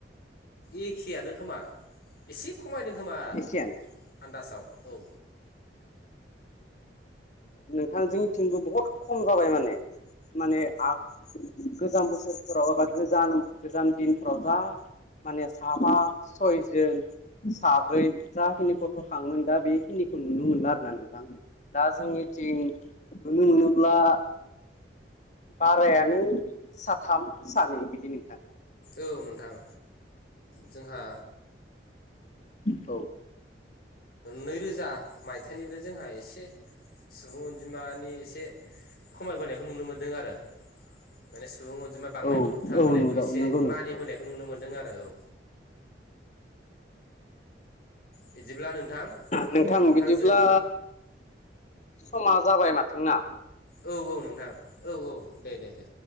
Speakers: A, on the left (about 55°); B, on the left (about 40°).
A: एखेयानो खोमा एसे खमायदों खोमा
B: एखेयानो
A: आन्दासाव औ।
B: नोंथां जोंनि थिंबो बहुथखम जाबाय माने। माने आग गोजाम बोसोरफोराव एबा गोजान गोजान दिनफोराव जा। माने साबा सयजोन साब्रै जाखिनि गथ' खाङोमोन दा बेखिनिखौ नुनो मोनला आरो ना नोंथां। दा जोंनिथिं नुनो मोनोब्ला बारायानो साथाम सानै बिदि नोंथां।
A: औ नोंथां जोंहा
B: औ
A: नैरोजा मायथाइनिफ्राय जोंहा एसे सुबुं अनजिमानि एसे- खमायबोनायखौ नुनो मोनदों आरो माने सुबुं अनजिमा बांनायखौ
B: औ
A: होबथाबोनायखौ
B: औ नंगौ
A: एसे
B: नंगौ नोंथां
A: मानिबोनायखौ
B: औ।
A: नुनो मोन्दों आरो औ। बिदिब्ला नोंथां
B: नोंथां
A: नोंथांजों
B: बिदिब्ला समा जाबाय माथो ना।
A: औ औ नोंथां औ औ, दे दे दे।